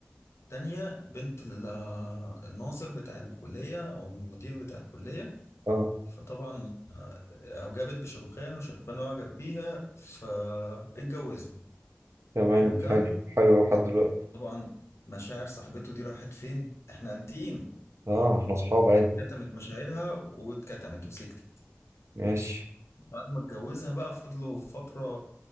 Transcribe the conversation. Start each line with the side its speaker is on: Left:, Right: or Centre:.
Left: تانية بنت ال- آه، الناظر بتاع الكلية او المدير بتاع الكلية
Right: اه
Left: فطبعا اعجبت بشاروخان وشاروخان اعجب بيها فاتجوزوا
Right: تمام
Left: حلو الكلام
Right: حلو حلو لحد دلوقتي
Left: طبعا مشاعر صاحبته دي راحت فين احنا انتيم
Right: اه احنا اصحاب عادي
Left: كتمت مشاعرها واتكتمت وسكتت
Right: ماشي
Left: بعد ما اتجوزها بقى فضلوا فترة